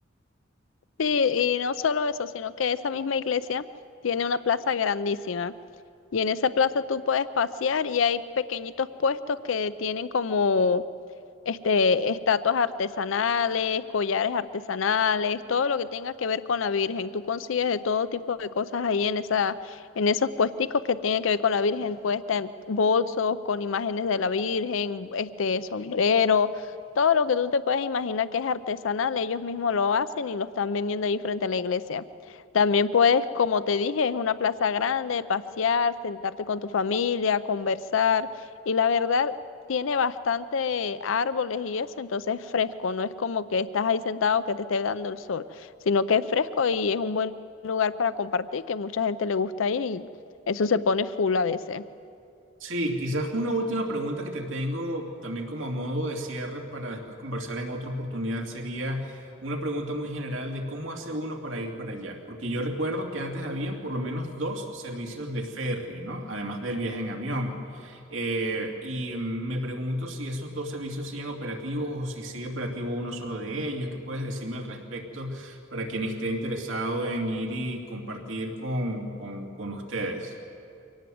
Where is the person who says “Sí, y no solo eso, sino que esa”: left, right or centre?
Left